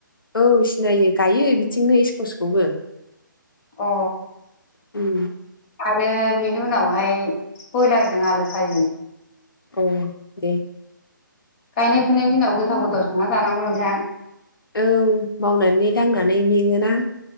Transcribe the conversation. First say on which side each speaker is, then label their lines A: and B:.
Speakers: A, on the left; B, on the left.
A: औ सिनायो गायो बिथिंनो स्कसखौबो
B: अ
A: उम
B: आरो बेनि उनावहाय बयलारजों आलु भाजि
A: औ दे
B: गायनाय फुनाय दिनाव गोथाव गोथाव संना जानांगौ नोंथां।
A: औ मावनानै दांनानै मेंओना